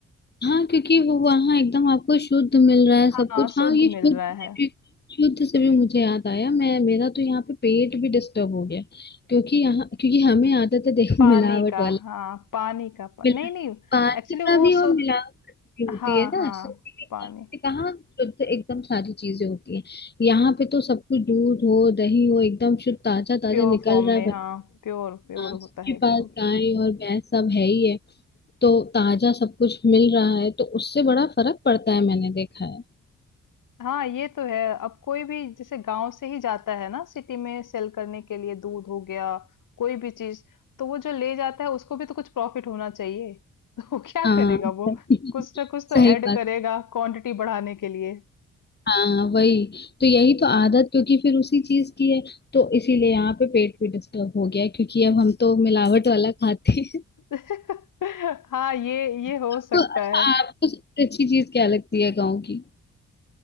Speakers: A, on the left; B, on the left.
A: हाँ क्योंकि वो वहाँ एकदम आपको शुद्ध मिल रहा है सब
B: हाँ
A: कुछ
B: शुद्ध
A: हाँ ये
B: मिल
A: शुद्ध
B: रहा है
A: से भी शुद्ध से भी मुझे याद आया मैं मेरा तो यहाँ पे पेट भी डिस्टर्ब हो गया क्योंकि यहाँ क्योंकि हमें आदत है देखो
B: पानी
A: मिलावट
B: का
A: वाला
B: हाँ पानी का पा, नहीं
A: मिला,
B: नहीं
A: पानी
B: एक्चुअली
A: का
B: वो
A: भी और
B: शुद्ध
A: मिलावट भी होती
B: हाँ
A: है ना
B: हाँ
A: सब्जी
B: पानी
A: में कहाँ शुद्ध एकदम सारी चीजें होती हैं यहाँ पे तो सब कुछ दूध हो दही हो एकदम शुद्ध ताजा ताजा
B: प्योर
A: निकल
B: फॉर्म
A: रहा
B: में हाँ
A: है
B: प्योर प्योर
A: हाँ
B: होता
A: सबके
B: है एकदम
A: पास गाय और भैंस सब है ही है तो ताजा सब कुछ मिल रहा है तो उससे बड़ा फर्क पड़ता है मैंने देखा है
B: हाँ ये तो है अब कोई भी जैसे गांव से ही जाता है ना सिटी में सेल करने के लिए दूध हो गया कोई भी चीज तो वो जो ले जाता है उसको भी तो कुछ प्रॉफिट होना चाहिए <laughs> तो वो क्या
A: हाँ
B: करेगा वो
A: <laughs>
B: कुछ ना कुछ तो
A: सही
B: ऐड
A: बात
B: करेगा क्वांटिटी बढ़ाने के लिए
A: हाँ वही तो यही तो आदत क्योंकि फिर उसी चीज की है तो इसीलिए यहाँ पे पेट भी डिस्टर्ब हो गया है, क्योंकि अब हम तो मिलावट वाला खाते हैं
B: <laughs> हाँ ये
A: <laughs>
B: ये हो
A: आपको
B: सकता
A: अच्छा
B: है
A: आपको सबसे अच्छी चीज क्या लगती है गाँव की